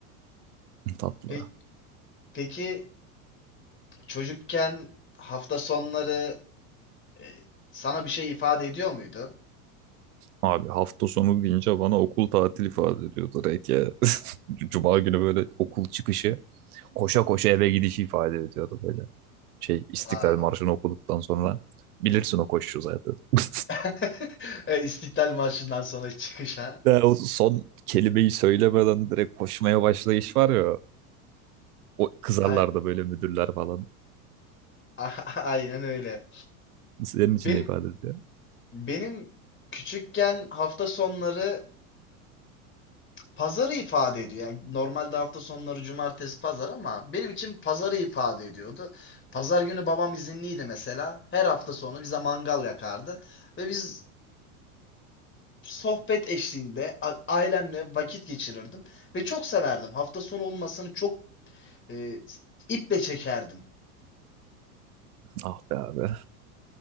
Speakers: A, on the right (about 80°); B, on the left (about 25°).
A: tatlı.
B: Pe- peki çocukken hafta sonları E, sana bir şey ifade ediyor muydu?
A: Abi hafta sonu deyince bana okul tatil ifade ediyordu direkt ya. <laughs> Cuma günü böyle okul çıkışı koşa koşa eve gidişi ifade ediyordu böyle. Şey İstiklal
B: Aa.
A: Marşı'nı okuduktan sonra bilirsin o koşu zaten. <laughs>
B: <laughs> E, İstiklal Marşı'ndan sonra çıkış ha?
A: Ya o son kelimeyi söylemeden direkt koşmaya başlayış var ya. O kızarlar
B: Ay-
A: da böyle müdürler falan.
B: <laughs> Aynen öyle.
A: Senin için
B: Benim
A: de ifade ediyor.
B: benim küçükken hafta sonları pazarı ifade ediyor. Yani normalde hafta sonları cumartesi pazar ama benim için pazarı ifade ediyordu. Pazar günü babam izinliydi mesela. Her hafta sonu bize mangal yakardı ve biz sohbet eşliğinde a- ailemle vakit geçirirdim ve çok severdim. Hafta sonu olmasını çok E, iple çekerdim.
A: Ah be abi.